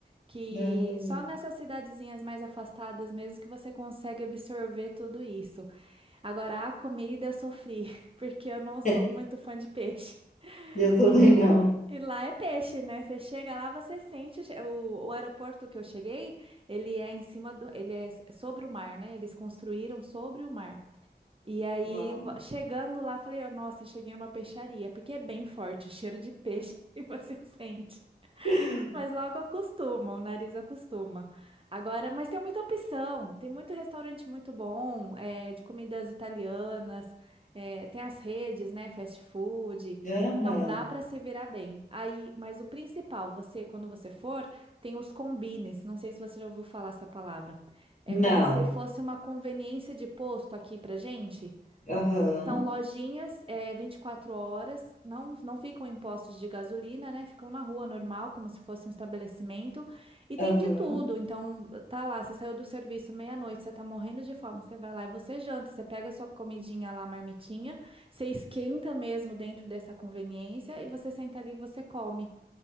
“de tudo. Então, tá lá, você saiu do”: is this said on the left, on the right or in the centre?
Right